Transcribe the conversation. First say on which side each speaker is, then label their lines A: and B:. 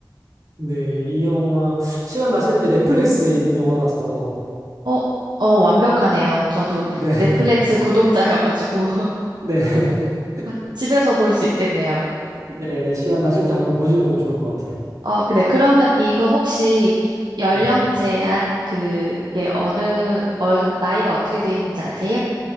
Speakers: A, on the right; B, on the right.
A: 네, 이 영화, 시간 나실 때 넷플릭스에 있는 영화라서,
B: 어, 어, 완벽하네요. 저도
A: 네,
B: 넷플릭스
A: <laughs>
B: 구독자여가지고
A: 네, <laughs>
B: <laughs> 집에서 볼 수 있겠네요.
A: 네, 네, 시간 나실 때 한번 보시면 좋을 것 같아요.
B: 어, 근데 그러면 이거 혹시 연령
A: 네.
B: 제한 그게 어느, 어, 나이가 어떻게 돼 있는지 아세요?